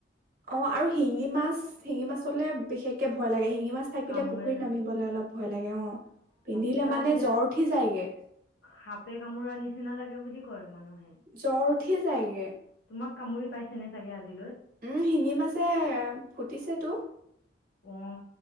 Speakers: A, on the right; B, on the left.
A: অ আৰু শিঙি মাছ শিঙি মাছলে বিশেষকে ভয় লাগে শিঙি পি মাছ থাকিলে
B: কামোৰে
A: পুখুৰীত
B: ন
A: নামিবলৈ অলপ ভয় লাগে অ পিন্ধিলে
B: কিবা
A: মানে
B: বোলে
A: জ্বৰ উঠি যায়গে
B: সাপে কামোৰা নিচিনা লাগে বুলি কয় মানুহ
A: জ্বৰ উঠি যায়গে
B: তোমাক কামুৰি পাইছে নে চাগে আজিলৈ
A: উম শিঙি মাছে ফুটিছে তো
B: অ